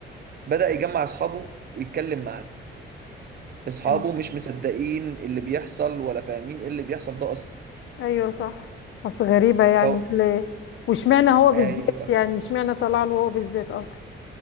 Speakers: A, on the right; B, on the left.
A: بدأ يجمع اصحابه ويتكلم معاه اصحابه
B: تمام
A: مش مصدقين اللي بيحصل ولا فاهمين ايه اللي بيحصل ده اصلا
B: ايوه صح بس غريبة يعني
A: فهو
B: اللي واشمعنى هو بالذات
A: ايوه
B: يعني اشمعنى طلع له هو بالذات اصلا